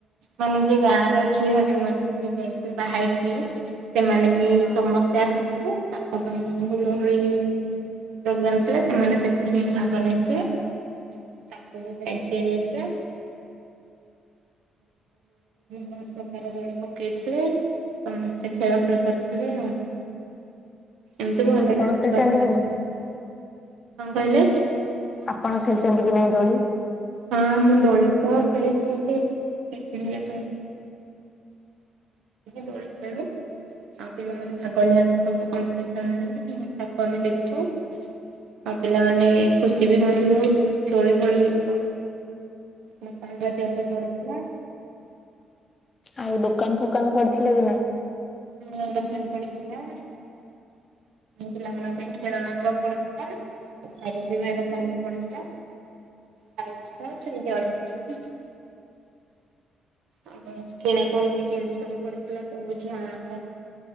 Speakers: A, on the right (about 80°); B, on the left (about 30°).
A: ମାନେ ଯିଏ ଗାଁ ର ଝିଅ ଯୋଉ ମାନେ <unintelligible> ବାହା ହୋଇଥିଲେ। ସେମାନେ ବି
B: ହଁ
A: ସମସ୍ତେ ଆସିଥିଲେ ତାଙ୍କ ବି ହୁଳହୁଳି ପ୍ରୋଗ୍ରାମ ଥିଲେ ସେମାନେ ସେଥିରେ ଭାଗ ନେଇଥିଲେ। ତାକୁ ବି ଯାଇ ଦାୟିତ୍ୱ ଦିଆଯାଇଥିଲା। ସମସ୍ତ <unintelligible> ପ୍ରକାର ଦୋଳି ପକେଇଥିଲେ ସମସ୍ତେ ଖେଳ ଖେଳି ପାରିଥିଲେ ଆଉ। ଏମିତି ଭଲ
B: ଆପଣ ଖେଳିଛନ୍ତି କି
A: <unintelligible>
B: ନାଇଁ
A: କଣ କହିଲେ?
B: ଆପଣ ଖେଳିଚନ୍ତି କି ନାଇଁ ଦୋଳି?
A: ହଁ ମୁଁ ଦୋଳି ତ ଖେଳି କେ <unintelligible> ଦୋଳି ଖେଳୁ। ଆଉ ପିଲାମାନେ ଭାଗ ନିଅନ୍ତି ସବୁ କପିସନରେ ତାକୁ ଆମେ ଦେଖୁ ଆଉ ପିଲାମାନେ ଖୁସି ବି ହୁଅନ୍ତିବହୁତ, ଦୋଳି ଫୋଳି ପ ଦୋକାନ ବଜାର ବି ପଡିଥିଲା।
B: ଆଉ ଦୋକାନ ଫୋକାନ ପଡିଥିଲା କି ନାଇଁ?
A: <unintelligible> ପଡିଥିଲା ପିଲାଙ୍କ ପାଇଁ ଖେଳନା ପଡିଥିଲା ଖାଇବା ପିଇବା ଦୋକାନ ବି ପଡିଥିଲା। <unintelligible> ଆଉ କିଣାକଣି ବି ଜିନିଷ ବି ପଡିଥିଲା ସବୁଝିଅ ମାନ ଆଉଯଉ